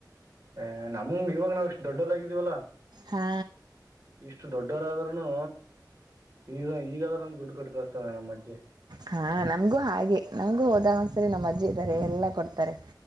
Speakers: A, on the right (about 40°); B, on the right (about 65°).
A: ಹ ನಮ್ಗೆ ಇವಾಗ ನಾವವು ಇಷ್ಟು ದೊಡ್ಡರಾಗಿದೀವಲ್ಲ
B: ಹಾ
A: ಇಷ್ಟು ದೊಡ್ಡವರಾದ್ರರುನು ಈಗ ಈಗಾದ್ರೂ ದುಡ್ಡು ಕಟ್ ಕಳಸ್ತಾನ ನಮ್ಮ್ ಅಜ್ಜೆ
B: ಹಾ ನಮ್ಗೂ ಹಾಗೆ ನಮ್ಗೂ ಹೋದಾಗ ಒಂದ್ಸರಿ ನಮ್ಮ್ ಅಜ್ಜಿ ಇದ್ದಾರೆ ಎಲ್ಲಾ ಕೊಡ್ತಾರೆ